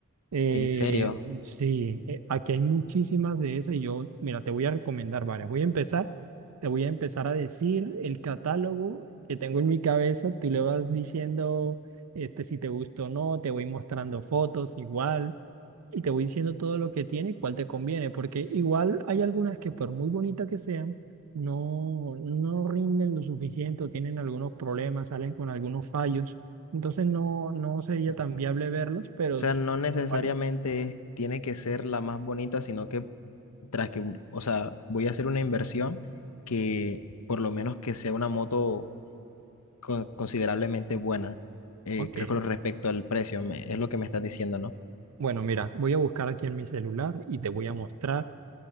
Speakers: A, on the right; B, on the left.
A: Eh,
B: En serio.
A: sí, eh, aquí hay muchísimas de esas y yo, mira, te voy a recomendar varias. Voy a empezar, te voy a empezar a decir el catálogo que tengo en mi cabeza. Tú le vas diciendo, este, si te gusta o no, te voy mostrando fotos igual y te voy diciendo todo lo que tiene y cuál te conviene, porque igual hay algunas que por muy bonitas que sean, no, no rinden lo suficiente o tienen algunos problemas, salen con algunos fallos. Entonces no, no sería
B: O sea,
A: tan viable verlos, pero...
B: o sea, no necesariamente
A: Igual
B: tiene que ser la más bonita, sino que tras que, o sea, voy a hacer una inversión que por lo menos que sea una moto con- considerablemente buena. Eh,
A: Ok,
B: creo que con respecto al precio, me- es lo que me estás diciendo, ¿no?
A: bueno, mira, voy a buscar aquí en mi celular y te voy a mostrar,